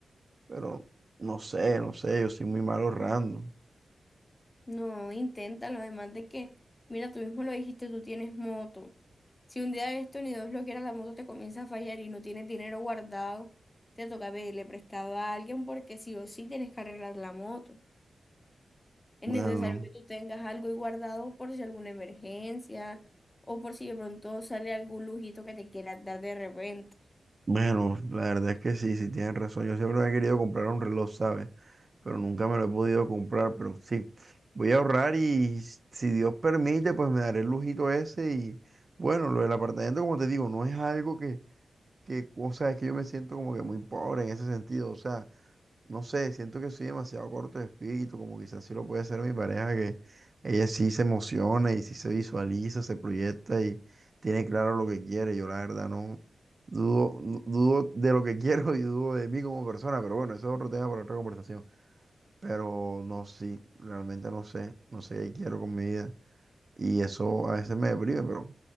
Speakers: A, on the right; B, on the left.
A: pero no sé, no sé, yo soy muy mal ahorrando.
B: No, inténtalo, además de que, mira, tú mismo lo dijiste, tú tienes moto. Si un día de esto ni Dios lo quiera, la moto te comienza a fallar y no tienes dinero guardado, te toca pedirle prestado a alguien porque sí o sí tienes que arreglar la moto. Es
A: Bueno,
B: necesario que tú tengas algo ahí guardado por si alguna emergencia o por si de pronto sale algún lujito que te quieras dar de repente.
A: bueno, la verdad es que sí, sí tienes razón. Yo siempre me he querido comprar un reloj, ¿sabes? pero nunca me lo he podido comprar, pero sí, voy a ahorrar y si Dios permite, pues me daré el lujito ese y bueno, lo del apartamento, como te digo, no es algo que, que, o sea, es que yo me siento como que muy pobre en ese sentido, o sea, no sé, siento que soy demasiado corto de espíritu, como quizás sí lo puede ser mi pareja, que ella sí se emociona y sí se visualiza, se proyecta y tiene claro lo que quiere, yo la verdad no. Dudo, no, dudo de lo que <laughs> quiero y dudo de mí como persona, pero bueno, eso es otro tema para otra conversación pero no, sí, realmente no sé, no sé qué quiero con mi vida. Y eso a veces me deprime, pero